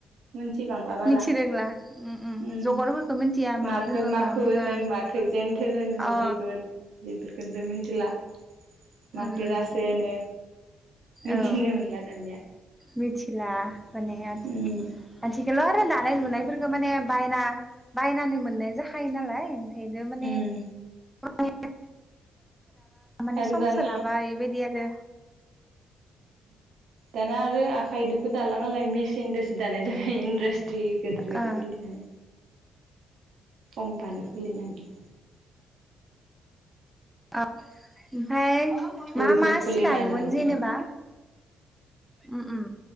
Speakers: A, on the right; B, in the centre.
A: मिथिबांला बारा
B: मिथिरोंला उम उम
A: ओम
B: जगरफोरखौ मिथिया मा
A: माखो
B: बुङो
A: माखो
B: मा बुङा
A: होनो माखौ जेनथेर होनो
B: अ
A: बेखौ बेफोरखौनथ' मिथिला। माखो
B: उम उम
A: रासो होनो मिथिनो
B: औ
A: मोनला दानिया।
B: मिथिला माने मोनथिगौल'
A: उम
B: आरो दानाय लुनायफोरखौ माने बायना बायनानै मोननाय जाखायो नालाय। माने
A: उम
B: <unintelligible> माने
A: आरो
B: सम
A: दाना
B: सोलाबा बेबायदि आरो
A: दाना आरो आखाइदोबो दाला मालाय मेसिनजोंसो दानाय जाय इन्डासट्रि गेदेर गेदेर
B: ओ
A: खुलिनानै। अमबानो खुलिनानै
B: औ ओमफ्राय
A: उइभिं
B: मा मा
A: खुलिना
B: सि दायोमोन
A: लानानै
B: जेनेबा? उम उम